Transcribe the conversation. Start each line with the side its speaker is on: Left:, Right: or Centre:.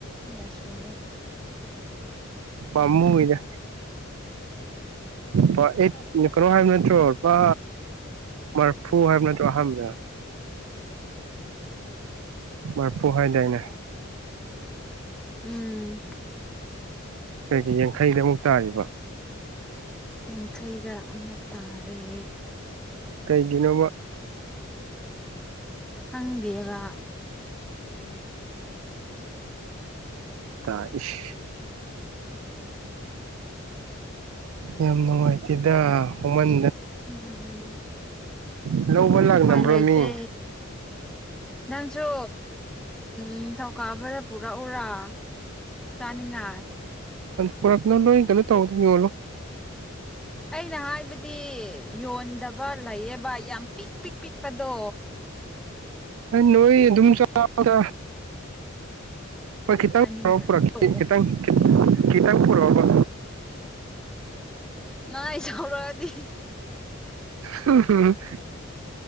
Centre: ꯌꯥꯁꯨꯕ
Right: ꯄꯥꯝꯃꯨꯏꯗ ꯄꯥꯥ ꯑꯩꯠ ꯀꯩꯅꯣ ꯍꯥꯏꯕ ꯅꯠꯇ꯭ꯔꯣ ꯄꯥ ꯃꯔꯐꯨ ꯍꯥꯏꯕ ꯅꯠꯇꯔꯣ ꯑꯍꯥꯝꯕꯗ ꯃꯔꯐꯨ ꯍꯥꯏꯗꯥꯏꯅꯦ
Centre: ꯎꯝ
Right: ꯀꯩꯒꯤ ꯌꯥꯡꯈꯩꯗ ꯑꯃꯨꯛ ꯇꯥꯔꯤꯕ
Centre: ꯌꯥꯡꯈꯩꯗ ꯑꯃꯨꯛ ꯇꯥꯔꯦ
Right: ꯀꯩꯒꯤꯅꯣꯕ
Centre: ꯈꯪꯗꯦꯕ
Right: ꯇꯥ ꯏꯁ ꯌꯥꯝ ꯅꯨꯡꯉꯥꯏꯇꯦꯗ ꯍꯃꯟ
Centre: ꯎꯝ
Right: ꯂꯧꯕ ꯂꯥꯛꯅꯕ꯭ꯔꯣ
Centre: ꯎꯄꯥꯏ ꯂꯩꯇꯦ
Right: ꯃꯤ
Centre: ꯅꯪꯁꯨ ꯅꯤꯡꯊꯧ ꯀꯥꯎꯕꯗ ꯄꯨꯔꯥꯛ ꯎꯔꯥ ꯆꯥꯅꯤꯡꯉꯥꯏ
Right: ꯄꯨꯔꯛꯅꯣ ꯅꯣꯏ ꯀꯔꯤꯅꯣ ꯇꯧꯗ ꯌꯣꯜꯂꯣ
Centre: ꯑꯩꯅ ꯍꯥꯏꯕꯗꯤ ꯌꯣꯟꯗꯕ ꯂꯩꯌꯦꯕ ꯌꯥꯝ ꯄꯤꯛ ꯄꯤꯛ ꯄꯤꯛꯄꯗꯣ
Right: ꯅꯣꯏ ꯑꯗꯨꯨꯝ ꯆꯥꯑꯣꯗ ꯍꯣꯏ ꯈꯤꯇꯪꯛꯑꯣꯔꯛ
Centre: ꯆꯥꯅꯤꯡꯗ꯭ꯔꯗꯤ ꯇꯣꯛꯑꯣ
Right: ꯈꯤꯇꯪ ꯈꯤꯇꯪ ꯄꯨꯔꯛꯑꯣꯕ
Centre: ꯅ ꯑꯩ ꯁꯥꯎꯔꯗꯤ
Right: ꯍꯨꯝ ꯍꯨꯝ